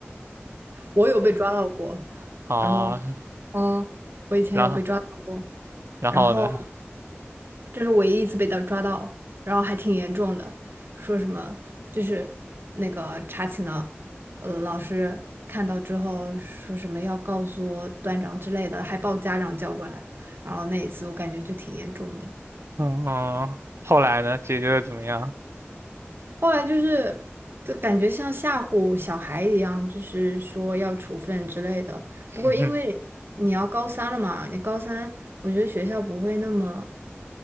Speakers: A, on the right (about 55°); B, on the right (about 70°).
A: 我有被抓到过，
B: <laughs> 啊。
A: 然后，嗯，我以前有被抓到过，
B: 然后，然后呢？
A: 然后。这是唯一一次被他抓到，然后还挺严重的，说什么就是那个查寝的，呃，老师看到之后说什么要告诉段长之类的，还把我家长叫过来，然后那一次我感觉就挺严重的。
B: 嗯，后来呢？解决的怎么样？
A: 后来就是就感觉像吓唬小孩一样，就是说要处分之类的。
B: <laughs>
A: 不过因为你要高三了嘛，你高三我觉得学校不会那么